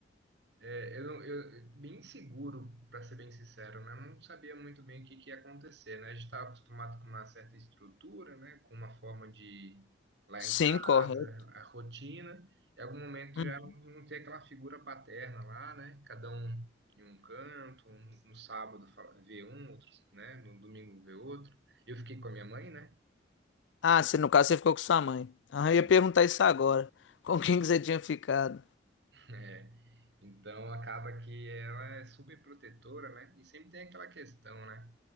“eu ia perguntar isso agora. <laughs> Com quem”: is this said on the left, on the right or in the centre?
Left